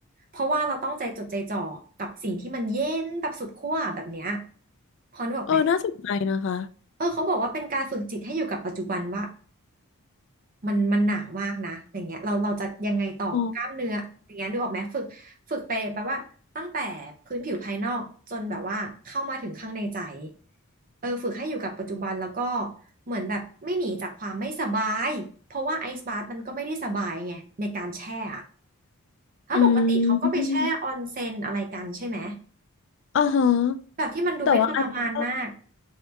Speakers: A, on the right; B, on the left.
A: เพราะว่าเราต้องใจจดใจจ่อกับสิ่งที่มันเย็นแบบสุดขั้วแบบเนี้ยพอนึกออกไหม
B: เออน่าสนใจนะคะ
A: เออเขาบอกว่าเป็นการฝึกจิตให้อยู่กับปัจจุบันว่า มันมันหนามากนะอย่างเงี้ยเราเราจะยังไงต่อกล้ามเนื้ออย่างเงี้ยนึกออกไหมฝึกฝึกไปแปลว่าตั้งแต่พื้นผิวภายนอกจนแบบว่าเข้ามาถึงข้างในใจ
B: อ๋อ
A: เออฝึกให้อยู่กับปัจจุบันแล้วก็เหมือนแบบไม่หนีจากความไม่สบายเพราะว่าไอซ์บาร์มันก็ไม่ได้สบายไงในการแช่อะถ้าปกติเขาก็ไปแช่ออนเซ็นอะไรกันใช่ไหม
B: อืมอ๋อฮะ
A: แบบที่มันดูไม่ทรมานมาก
B: แต่ว่าอันนี้ก็